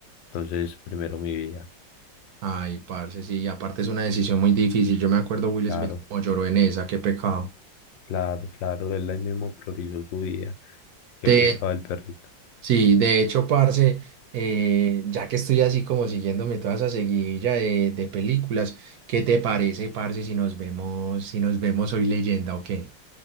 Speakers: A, on the left (about 80°); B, on the right (about 65°).
A: Entonces, primero mi vida,
B: Ay, parce, sí, y aparte es una decisión muy difícil. Yo me acuerdo Will
A: claro,
B: Smith como lloró en esa, qué pecado.
A: claro, claro, él ahí mismo priorizó su vida. Qué
B: De
A: pecado el perrito.
B: Sí, de hecho, parce, eh, ya que estoy así como siguiéndome toda esa seguidilla de, de películas, ¿qué te parece, parce, si nos vemos, si nos vemos hoy leyenda o qué?